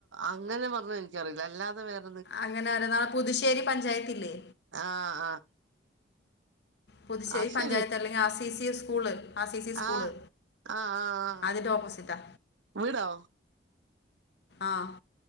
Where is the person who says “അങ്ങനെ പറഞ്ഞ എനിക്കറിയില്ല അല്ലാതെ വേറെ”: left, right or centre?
Right